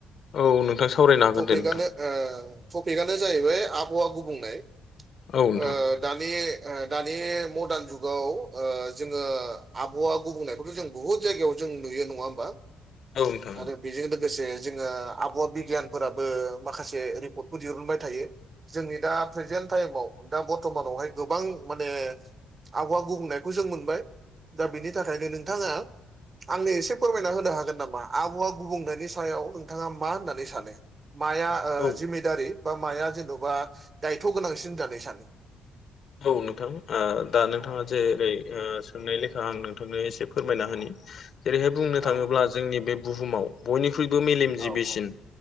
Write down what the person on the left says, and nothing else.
औ नोंथां सावरायनो हागोन
दे नोंथां।
औ नोंथां।
औं नोंथां।
औ
औ नोंथां दा नोंथाङा जेरै सोंनाय लेखा आं नोंथांनो एसे फोरमायना होनि जेरैहाय बुंनो
थाङोब्ला जोंनि बे बुहुमाव बयनिख्रुइबो मेलेमजिबिसिन